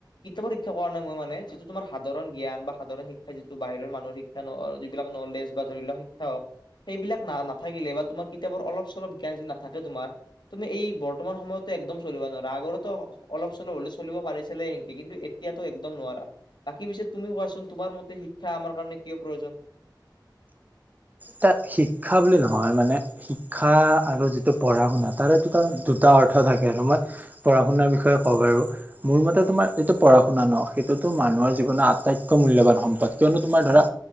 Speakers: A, on the left (about 70°); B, on the right (about 20°).
A: কিতাপৰ শিক্ষা কোৱা নাই মই মানে যিটো তোমাৰ সাধাৰণ জ্ঞান বা সাধাৰণ শিক্ষা যিটো বাহিৰ মানসিক শিক্ষা যিবিলাক নলেজ বা ধৰি ল' শিক্ষা'অ সেইবিলাক না না নাথাকিলে বা তোমাৰ কিতাপৰ অলপ চলপ জ্ঞান যদি নাথাকে তোমাৰ তুমি এই বৰ্তমান সময়তো একদম চলিব নোৱাৰা, আগৰতো অলপ চলপ হলে চলিব পাৰিছিলে সেনকে কিন্তু এ তিয়াটো একদম নোৱাৰা। বাকী পিছে তুমিও কোৱাচোন তোমাৰ মতে শিক্ষা আমাৰ কাৰণে কিয় প্ৰয়োজন
B: তাত শিক্ষা বুলি নহয় মানে শিক্ষা আৰু যিটো পঢ়া শুনা তাৰে দুটা, দুটা অৰ্থ থাকে আৰু মই পঢ়া শুনাৰ বিষয়ে কওঁ বাৰু মোৰ মতে তোমাৰ যিটো পঢ়া শুনা ন সেইটোতো মানুহৰ জীৱনৰ আটাইতকৈ মূল্যবান সম্পদ কিয়নো তোমাৰ ধৰা